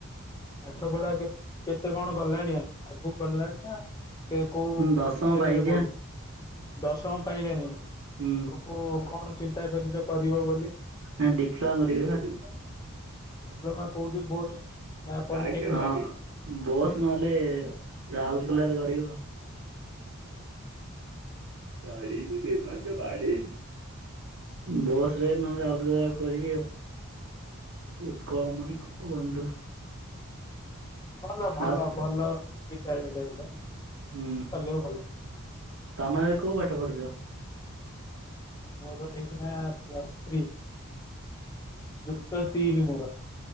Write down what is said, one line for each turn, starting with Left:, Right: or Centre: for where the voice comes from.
Left: ପାଠପଢା କେ କେତେ କଣ ଗଲାଣି ଆ ଆଗକୁ ଗଲାଣି ନା, କେ କୋଉ
Right: ଦଶମ
Left: ଶ୍ରେଣୀରେ
Right: ପାଇଚି
Left: ପଢୁଛ?
Right: ବା
Left: ଦଶମ ପାଇଲାଣି,
Right: ହୁଁ
Left: ଆଗୁକୁ କଣ ଚିନ୍ତା କରିଛ କରିବ ବୋଲି?
Right: ନାଁ ଡିପ୍ଲୋମା କରିବି ବା।
Left: ଡିପ୍ଲୋମା କୋଉଠି କୋର୍ସ ନା ପଲିଟେକ୍ନିକ?
Right: ହଁ ହଁ। ବୋସ୍ ନହେଲେ ରାଉଲକେଲାରେ କରିବି ଆଉ।
Left: <inaudible>
Right: ବୋସ୍ ରେ ନହେଲେ ଅଲଗା ଜାଗାରେ କରିବି ଆଉ। ଉତ୍କଳମଣି ଗୋପବନ୍ଧୁ।
Left: ଭଲ ଭଲ
Right: ହାତ୍
Left: ଭଲ ବିଦ୍ୟାଳୟଟା ସେଇଟା।
Right: ହୁଁ,
Left: କଲେ ଭଲ।
Right: ତମେ ଏବେ କୋଉ ପାଠ ପଢୁଛ?
Left: ମୋର ଏଇଖିଣା ପ୍ଲସ୍ ଥ୍ରୀ, ଯୁକ୍ତ ତିନି ମୋର।